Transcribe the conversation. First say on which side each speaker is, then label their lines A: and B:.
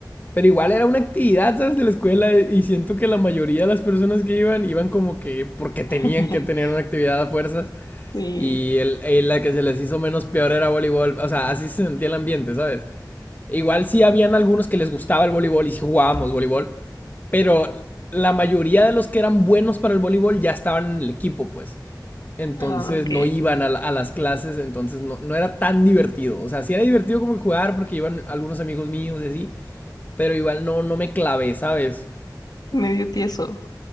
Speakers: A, on the left; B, on the left.
A: Pero igual era una actividad, ¿sabes? De la escuela eh, y siento que la mayoría de las personas que iban iban como que porque tenían
B: <laughs>
A: que tener una actividad a fuerzas.
B: Sí.
A: Y, el, y la que se les hizo menos peor era voleibol. O sea, así se sentía el ambiente, ¿sabes? Igual sí habían algunos que les gustaba el voleibol y sí jugábamos voleibol. Pero la mayoría de los que eran buenos para el voleibol ya estaban en el equipo, pues. Entonces
B: Ah, ok.
A: no iban a, la- a las clases, entonces no, no era tan divertido. O sea, sí era divertido como jugar porque iban algunos amigos míos y así. Pero igual no, no me clavé, ¿sabes?
B: Medio tieso.